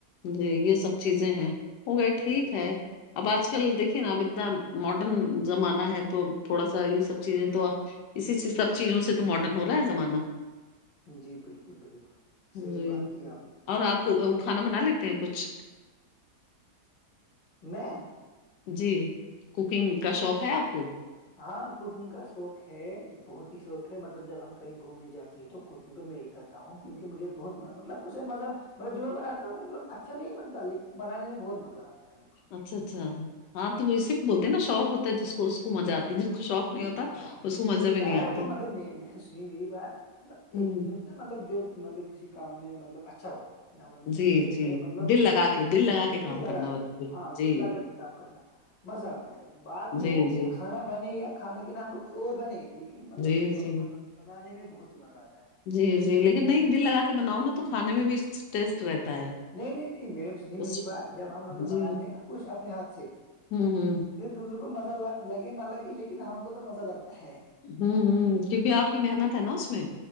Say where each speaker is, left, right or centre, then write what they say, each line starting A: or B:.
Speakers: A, on the left; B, on the left.
A: جی یہ سب چیزیں ہیں ہو گئے ٹھیک
B: جی
A: ہے اب آج کل دیکھیے نا اب اتنا ماڈرن زمانہ ہے تو تھوڑا سا یہ سب چیزیں تو اسی سب چیزوں سے تو ماڈرن ہو رہا ہے زمانہ
B: جی بالکل بالکل صحیح
A: جی
B: بات کی آپ نے
A: اور آپ وہ کھانا بنا لیتے ہیں کچھ
B: میں
A: جی کوکنگ کا شوق ہے آپ کو
B: ہاں کوکنگ کا شوق ہے بہت ہی شوق ہے مطلب جب ہم کہیں گھومنے جاتے ہیں تو کوکنگ تو میں ہی کرتا ہوں کیونکہ مجھے بہت مطلب اس مذب مطل جو میں بنا ہوں مطلب اچھا نہیں بنتا لیکن بنان میں بہت مزہ آتا ہے میرے کو
A: اچھا اچھا ہاں تو ویس
B: ہاں،
A: بولتے ہیں نا شوق ہوتا ہے جس کو اس کو مزہ آتی ہے جس کو شوق نہیں ہوتا
B: ہاں
A: اس کو مزہ میں
B: چاہے
A: نہیں آتی
B: وہ مطلب سنی میری بات مطلب
A: ہوں
B: ایک چیز ہوتا مطلب جو مطلب کسی کام میں مطلب اچھا ہو اں مطلب
A: جی
B: س ہم کہتے
A: جی
B: ہیں مطلب
A: دل لگا کے دل لگا کے کام
B: دل لگا
A: کرنا بس
B: کے ہاں
A: جی
B: دل لگا کے کام کرنا مزہ آتا ہے بعد میں
A: جی
B: وہ
A: جی
B: کھانا بنے یا کھانے کے نام پ کچھ اور بنے لیکن ن مطلب
A: جی جی
B: مز بنانے میں بہت ہی مزہ آتا ہے
A: جی جی لیکن نہیں دل لگا کے بناؤ نا تو کھانے میں بھی ٹیسٹ رہتا ہے
B: نہیں نہیں نہیں میڈم سنی
A: اس
B: میری بات جب ہم مطلب بناتے
A: جی
B: ہیں نا کچھ اپنے ہاتھ سے
A: ہوں ہوں
B: پھر دوسروں کو مزہ لگے نہ لگے لیکن ہم کو تو مزہ لگتا ہے
A: ہوں ہوں کیونکہ آپ کی محنت ہے نا اس میں